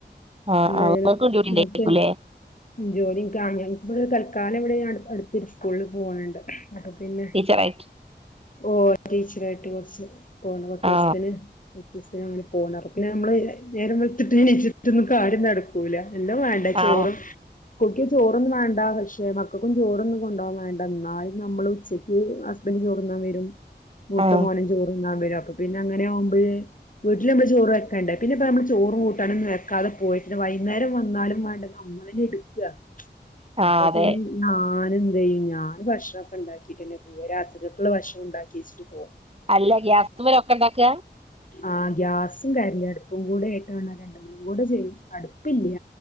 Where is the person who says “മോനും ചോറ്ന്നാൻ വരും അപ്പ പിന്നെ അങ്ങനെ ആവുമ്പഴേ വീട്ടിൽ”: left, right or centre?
Left